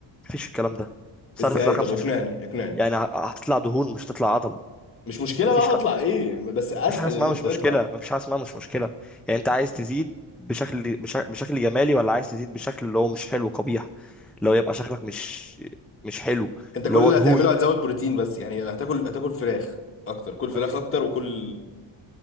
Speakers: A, in the centre; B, on the left (about 30°).
A: مفيش الكلام ده بس
B: ازاي
A: هتطلع 25
B: طب اقنعني اقنعني
A: يعني هتطلع دهون مش هتطلع عضل
B: مش مشكله
A: مفيش
B: بقى
A: حد
B: هطلع ايه بس اسهل
A: مفيش حاجه اسمها
B: ان انت
A: مش
B: تطلع
A: مشكله مفيش حاجه اسمها مش مشكله يعني انت عايز تزيد بشكل بشكل, بشكل جمالي ولا عايز تزيد بشكل اللي هو مش حلو قبيح اللي هو يبقى شكلك مش مش حلو
B: انت
A: اللي
B: كل
A: هو
B: اللي
A: دهون
B: هتعمله هتزود بروتين بس يعني هتاكل هتاكل فراخ اكتر كل فراخ
A: ما في
B: اكتر وكل